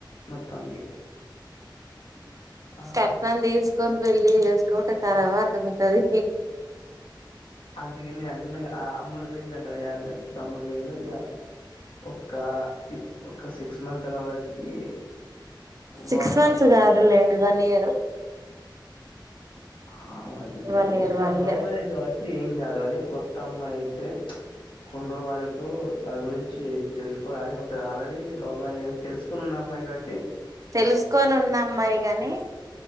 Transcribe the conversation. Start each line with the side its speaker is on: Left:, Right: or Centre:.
Left: మొత్తానికి ఆ!
Right: కట్నం తీసుకొని పెళ్లి చేసికుంటే తర్వాత ఉంటది.
Left: అంతీగనే అన్ని అమ్ముడు పోయిన అంటేనే ఐదు ల తమ్ముడు పోయిండు ఇగ ఒక్క ఒఖ సిక్స్ ఉన్న తర్వాతకీ
Right: సిక్స్
Left: వానీ
Right: మంత్స్ కాదులేండి వన్ ఇయర్
Left: హ అవన్ని
Right: వన్
Left: ఏదో
Right: ఇయర్
Left: ఏదోవి
Right: వన్
Left: లవ్
Right: ఇయర్
Left: మ్యారేజ్ కాబట్టి ఏం గాదు అదే కొత్త అమ్మాయి అయితే కుండలు బారకు తన గురించి తెలుసుకోవడాని ఉంటది. ఆల్రెడీ లవ్ మ్యారేజ్ కా తెలుసుకున్న అమ్మాయి కాబ
Right: తెలుసుకొని ఉన్న అమ్మాయి కాని